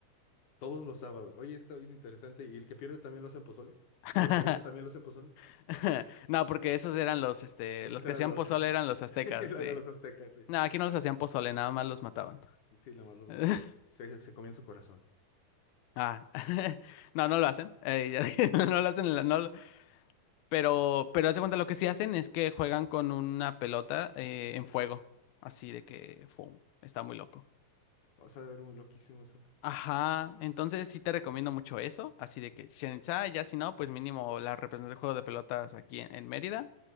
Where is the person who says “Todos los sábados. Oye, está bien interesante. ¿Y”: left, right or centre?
Left